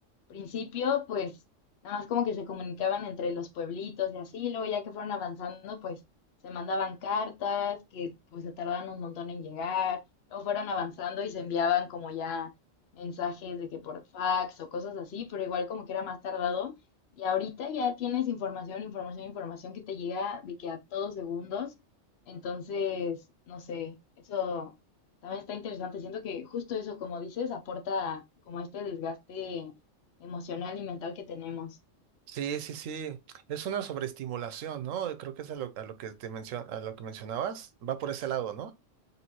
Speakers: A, on the left; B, on the right.
A: principio, pues nada más como que se comunicaban entre los pueblitos y así, luego ya que fueron avanzando, pues se mandaban cartas que pues se tardaban un montón en llegar, luego fueron avanzando y se enviaban como ya mensajes de que por fax o cosas así, pero igual como que era más tardado. Y ahorita ya tienes información, información, información que te llega de que a todos segundos. Entonces, no sé, eso también está interesante. Siento que justo eso, como dices, aporta como este desgaste emocional y mental que tenemos.
B: Sí, sí, sí. Es una sobreestimulación, ¿no? Creo que es a lo, a lo que te mencio- a lo que mencionabas. Va por ese lado, ¿no?